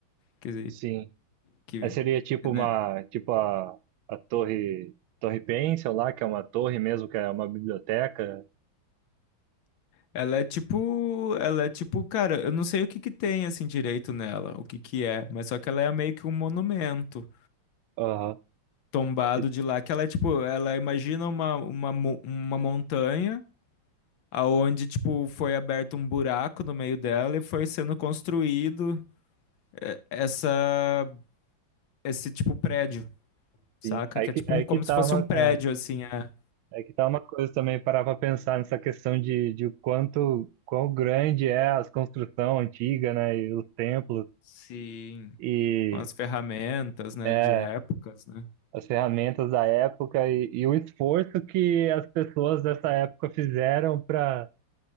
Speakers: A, on the left; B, on the right.
A: Que,
B: Sim.
A: que,
B: Aí seria tipo
A: né?
B: uma, tipo a, a torre, torre Pencil lá, que é uma torre mesmo, que é uma biblioteca.
A: Ela é tipo, ela é tipo, cara, eu não sei o que que tem assim direito nela, o que que é, mas só que ela é meio que um monumento.
B: Aham.
A: tombado
B: E-
A: de lá, que ela é tipo, ela imagina uma, uma, mo- uma montanha aonde tipo foi aberto um buraco no meio dela e foi sendo construído essa esse tipo prédio, saca?
B: Sim. Aí
A: Que
B: que,
A: é tipo
B: aí
A: um, como
B: que tá
A: se fosse
B: uma,
A: um prédio
B: é,
A: assim, é.
B: aí que tá uma coisa também, parar pra pensar nessa questão de, de o quanto, quão grande é as construção antiga, né, e os templos
A: Sim,
B: e
A: com as ferramentas, né,
B: é,
A: de épocas, né?
B: as ferramentas da época e, e o esforço que as pessoas dessa época fizeram para